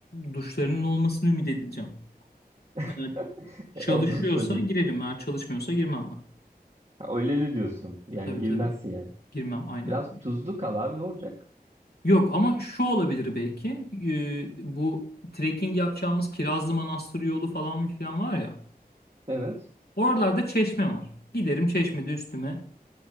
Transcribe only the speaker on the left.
duşlarının olmasını ümit edeceğim.
Evet. Çalışıyorsa
girelim,
eğer çalışmıyorsa girmem ben.
Tabii
tabii.
Girmem aynen.
Yok ama şu olabilir belki. Ee, bu trekking yapacağımız Kirazlı Manastır yolu falan filan var ya.
Oralarda çeşme var. Giderim çeşmede üstüme